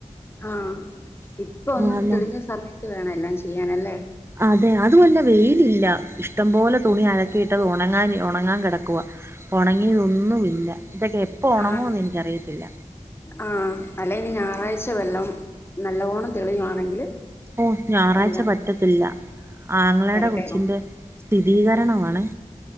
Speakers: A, on the left (about 20°); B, on the right (about 20°).
A: ആഹ് ഇപ്പൊ ഒന്ന്
B: ആന്ന്
A: തെളിഞ്ഞ സമയത്ത് വേണം എല്ലാം ചെയ്യാനല്ലേ
B: അതെ അതുമല്ലെ വെയിലില്ല ഇഷ് ടം പോലെ തുണി അലക്കിയിട്ടത് ഉണങ്ങാൻ ഉണങ്ങാൻ കിടക്കുവാ ഉണങ്ങിയു ഒന്നുമില്ല ഇതൊക്കെ എപ്പ ഉണങ്ങുമന്ന്
A: ആണോ
B: എനിക്കറിയത്തില്ല
A: ആഹ് അല്ല ഇനി ഞായറാഴ്ച വല്ലോം നല്ലോണം തെളിയുവാണെങ്കില്
B: ഓഹ് ഞായറാഴ്ച
A: എല്ലാം
B: പറ റ്റത്തില്ല ആങ്ങളുടെ
A: തിരക്കേറും
B: കൊച്ചിന്റെ സ്ഥിതീകരണ മാണ്